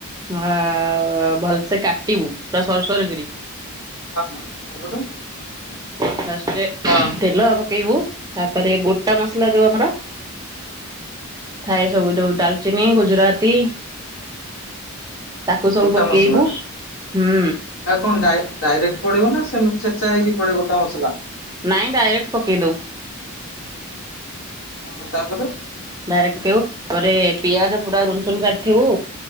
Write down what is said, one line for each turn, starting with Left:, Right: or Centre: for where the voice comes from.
Right: ଭଲସେ ସେ କାଟିବୁ ପୁରା ସରୁସରୁ କିରି।
Left: ହଁ ତାପରେ
Right: ଫାଷ୍ଟରେ
Left: ହଁ।
Right: ତେଲ ପକେଇବୁ, ତାପରେ ଗୋଟା ମସଲା ଯୋଉ ଆମର। ଥାଏ ସବୁ ଯୋଉ, ଡାଲଚିନି, ଗୁଜୁରାତି। ତାକୁ
Left: ହଁ
Right: ସବୁ
Left: ଗୋଟା
Right: ପକେଇବୁ
Left: ମସଲା
Right: ହୁଁ।
Left: ଆଉ କଣ ଡାଇ ଡାଇରେକ୍ଟ ପଡିବ ନା, ସେମିତି ଛେଚା ହେଇକି ପଡେ ଗୋଟା ମସଲା।
Right: ନାଇଁ ଡାଇରେକ୍ଟ ପକେଇଦଉ।
Left: ହଁ ତା ପରେ।
Right: ଡାଇରେକ୍ଟ ପକେଇବୁ ତାପରେ ପିଆଜ ପୁରା ରୁନଚୁନ୍ କାଟିଥିବୁ